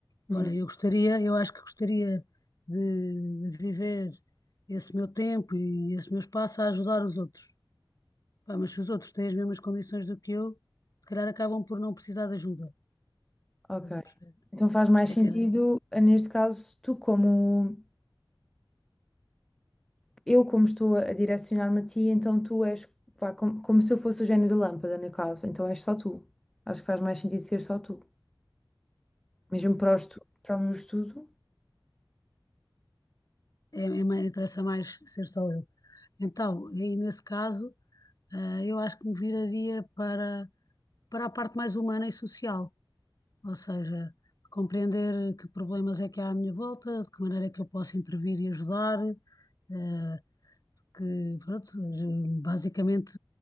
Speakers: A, in the centre; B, on the left (about 45°).
A: Uhum,
B: olha, eu gostaria, eu acho que gostaria de, de viver esse meu tempo e esse meu espaço a ajudar os outros. Pá, mas se os outros têm as mesmas condições do que eu, se calhar acabam por não precisar de ajuda.
A: ok.
B: Estás a perceber?
A: Então faz mais
B: Por isso
A: sentido,
B: é que é, é,
A: ah, neste caso, tu como, eu como estou a direcionar-me a ti, então tu és, vá, como, como se eu fosse o gênio da lâmpada, no caso, então és só tu. Acho que faz mais sentido ser só tu. Mesmo para o estu- para o meu estudo,
B: é, mais- interessa mais ser só eu. Então, aí nesse caso, ah, eu acho que me viraria para, para a parte mais humana e social. Ou seja, compreender que problemas é que há à minha volta, de que maneira é que eu posso intervir e ajudar, eh, que, pronto, basicamente